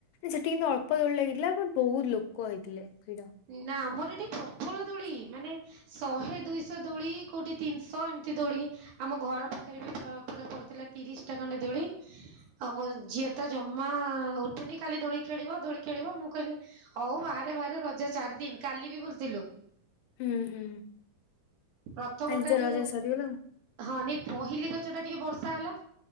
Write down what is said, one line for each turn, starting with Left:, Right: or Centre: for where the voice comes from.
Left: ସେଠି କିନ୍ତୁ ଅଳ୍ପ ଦୋଳି ଲାଗିଥିଲା। ବଟ ବହୁତ ଲୋକ ହେଇଥିଲେ। ଭିଡ।
Right: ନାଁ ଆମର ଏଠି ପ୍ରବଳ ଦୋଳି ମାନେ ଶହେ ଦୁଇଶହ ଦୋଳି କୋଉଠି ତିନିଶହ ଏମିତି ଦୋଳିି ଆମ ଘର ପାଖରେ ବି ପ୍ର ପୁରା ପଡିଥିଲା ତିରିଶଟା ଖଣ୍ଡେ ଦୋଳି ଆଉ ମୋ ଝିଅ ତ ଜମା ଉ ଠିବନି ଖାଲି ଦୋଳି ଖେଳିବ ଦୋଳି ଖେଳିବ ମୁଁ କହିଲି ହୋଉ ବାହାରେ ବାହାରେ ର ଜ ଚାରି ଦିନ କାଲି ବି ବୁଲି ଥିଲୁ।
Left: ହୁଁ ହୁଁ
Right: ପ୍ରଥମ
Left: ଆଜି
Right: ଟା
Left: ତ
Right: ଯୋଉ
Left: ରଜ ସରିଗଲା ଆଉ।
Right: ହଁ ନାଁଇ ପହିଲି ରଜଟା ଟିକେ ବର୍ଷା ହେଲା